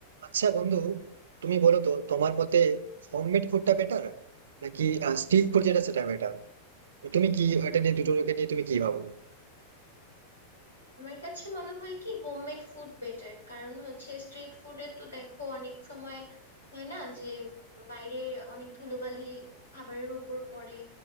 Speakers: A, on the right; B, on the left.
A: আচ্ছা বন্ধু তুমি বলো তো তোমার মতে হোমমেড ফুডটা বেটার নাকি স্ট্রিট ফুড যেটা সেটা বেটার তুমি কি এটা নিয়ে দুটোকে নিয়ে তুমি কি ভাবো
B: আমার কাছে মনে হয় কি হোমমেড ফুড বেটার কারণ হচ্ছে স্ট্রিট ফুডে তো দেখো অনেক সময় হয় না যে বাইরে অনেক ধুলোবালি খাবারের উপর পড়ে